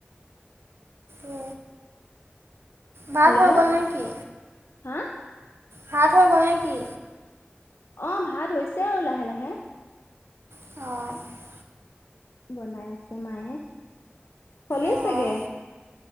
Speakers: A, on the right; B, on the left.
A: উ, ভাত
B: হেল্ল'
A: হৈ গ'ল নে কি?
B: হা?
A: ভাত হৈ গ'ল নেকি?
B: অ ভাত হৈছে আৰু লাহে লাহে।
A: অ।
B: বনাই আছে মায়ে, হ'লেই
A: অঁ
B: চাগে!